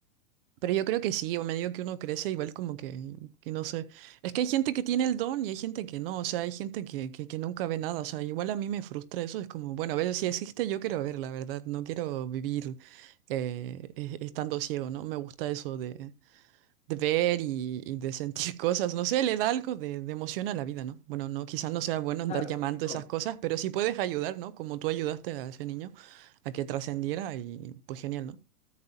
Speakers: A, on the right; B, on the left.
A: Pero yo creo que sí, o medio que uno crece igual como que, que no sé. Es que hay gente que tiene el don y hay gente que no, o sea, hay gente que, que, que nunca ve nada, o sea, igual a mí me frustra eso, es como, bueno, a ver, si existe yo quiero ver, la verdad, no quiero vivir eh, e- estando ciego, ¿no? Me gusta eso de, de ver y, y de sentir <laughs> cosas, no sé, le da algo de, de emoción a la vida, ¿no? Bueno, no, quizás no sea bueno
B: claro,
A: andar llamando
B: sí, no,
A: esas cosas, pero si puedes ayudar, ¿no? Como tú ayudaste a ese niño a que trascendiera y pues genial, ¿no?